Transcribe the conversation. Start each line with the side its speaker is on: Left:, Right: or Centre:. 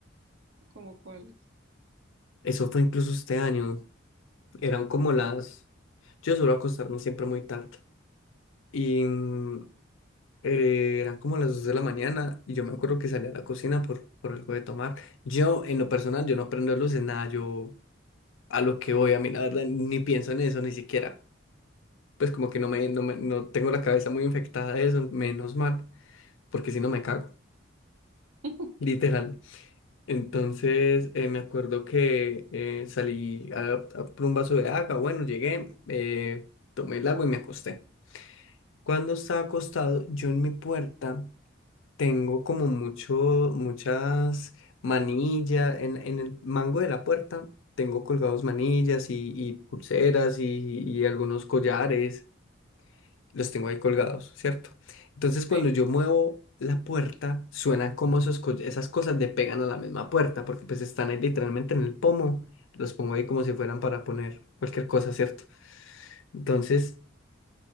Right: como cuáles.
Left: Eso fue incluso este año. Eran como las... Yo suelo acostarme siempre muy tarde. Y mm, eh, eran como las 2 de la mañana y yo me acuerdo que salí a la cocina por, por algo de tomar. Yo, en lo personal, yo no prendo luces, nada, yo a lo que voy, a mí la verdad ni pienso en eso, ni siquiera. pues como que no me, no me- no tengo la cabeza muy infectada de eso, menos mal, porque si no me cago,
Right: <laughs>
Left: literal. Entonces eh, me acuerdo que eh, salí a, a por un vaso de agua, bueno, llegué, eh, tomé el agua y me acosté. Cuando estaba acostado, yo en mi puerta tengo como mucho, muchas manillas, en, en el mango de la puerta tengo colgados manillas y, y pulseras y y algunos collares. los tengo ahí colgados, ¿cierto? Entonces cuando
Right: Sí,
Left: yo muevo la puerta, suenan como esos co- esas cosas le pegan a la misma puerta, porque pues están ahí literalmente en el pomo, los pongo ahí como si fueran para poner cualquier cosa, ¿cierto? Entonces,